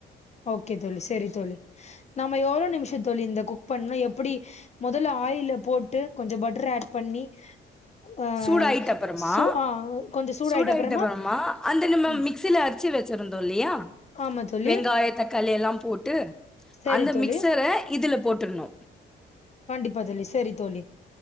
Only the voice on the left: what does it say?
ஓகே தோழி செரி தோழி நாம எவ்ளோ நிமிஷோ தோழி இந்த குக் பண்ணூ எப்டி மொதல்ல ஆயில போட்டு கொஞ்சோ பட்டர ஆட் பண்ணி ஆ
சூ ஆ கொஞ்சோ சூடாயிட்ட
அப்புறமா
ம்
ஆமா தோழி
சேரி
தோழி
கண்டிபா தோழி செரி தோழி